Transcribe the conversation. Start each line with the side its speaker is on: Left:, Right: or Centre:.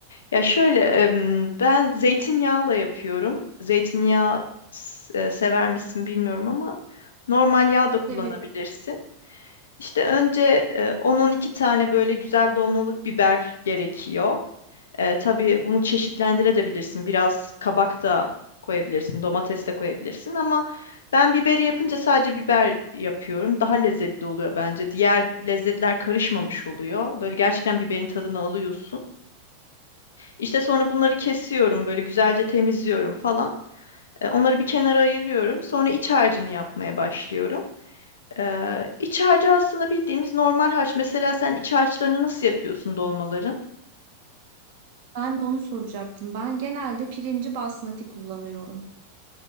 Left: Ya şöyle em, ben zeytinyağla yapıyorum. Zeytinyağı s- e, sever misin bilmiyorum ama normal yağ da kullanabilirsin.
Right: severim.
Left: İşte önce e, 10-12 tane böyle güzel dolmalık biber gerekiyor. E, tabii bunu çeşitlendirebilirsin. Biraz kabak da koyabilirsin, domates de koyabilirsin ama ben biberi yapınca sadece biber yapıyorum. Daha lezzetli oluyor bence. Diğer lezzetler karışmamış oluyor. Böyle gerçekten biberin tadını alıyorsun. İşte sonra bunları kesiyorum, böyle güzelce temizliyorum falan. E, onları bir kenara ayırıyorum. Sonra iç harcını yapmaya başlıyorum. Ee, iç harcı aslında bildiğimiz normal harç. Mesela sen iç harçlarını nasıl yapıyorsun dolmaların?
Right: Ben de onu soracaktım. Ben genelde pirinci basmati kullanıyorum.